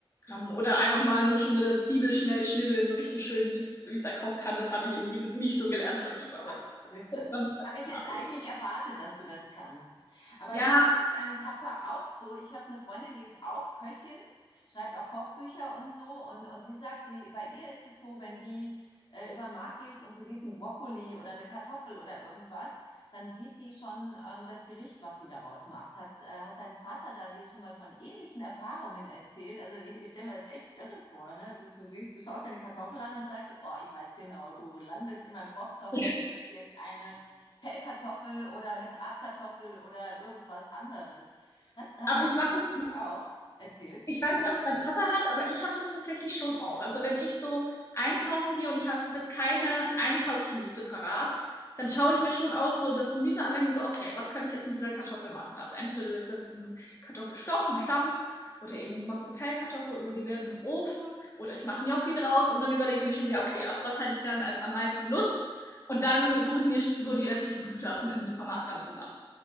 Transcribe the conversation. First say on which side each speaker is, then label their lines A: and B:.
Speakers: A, on the left (about 30°); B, on the left (about 55°).
A: Ähm, Oder einfach mal nur schon eine Zwiebel schnell schnibbeln, so richtig schön, wie es wie es der Koch kann. Das habe ich irgendwie nicht so gelernt von ihm, aber
B: Ach,
A: das
B: siehst
A: könnte
B: du, das
A: man vielleicht
B: habe ich
A: nachholen.
B: jetzt eigentlich erwartet, dass du das kannst. Aber
A: Ja,
B: ist das bei deinem Papa auch so? Ich habe eine Freundin, die ist auch Köchin, schreibt auch Kochbücher und so und und die sagt, sie bei ihr ist es so, wenn die äh, über den Markt geht und sie sieht einen Brokkoli oder eine Kartoffel oder irgendwas, dann sieht die schon ähm, das Gericht, was sie daraus macht. Hat, äh, hat dein Vater da dir schon mal von ähnlichen Erfahrungen erzählt? Also ich, ich stelle mir das echt irre vor, ne? Du, du siehst, du schaust dir eine Kartoffel an und sagst, oh, ich weiß genau, du landest in meinem Kochtopf
A: <laughs>
B: und hast jetzt eine Pellkartoffel oder eine Bratkartoffel oder irgendwas anderes. Hast, hat
A: aber
B: das
A: ich
B: dein
A: mache
B: Vater
A: das.
B: dir auch erzählt?
A: Ich weiß nicht, ob mein Papa hat, aber ich habe das tatsächlich schon auch. Also wenn ich so einkaufen gehe und ich habe jetzt keine Einkaufsliste parat, dann schaue ich mir schon auch so das Gemüse an und denke mir so, okay, was kann ich jetzt mit dieser Kartoffel machen? Also entweder du isst jetzt einen Kartoffelstock, einen Stampf oder eben du machst eine Pellkartoffel oder sie werden im Ofen oder ich mache Gnocchi draus und dann überlege ich mir schon sehr, okay, auf was hätte ich dann als am meisten Lust? Und dann suche ich mir so die restlichen Zutaten im Supermarkt dann zusammen.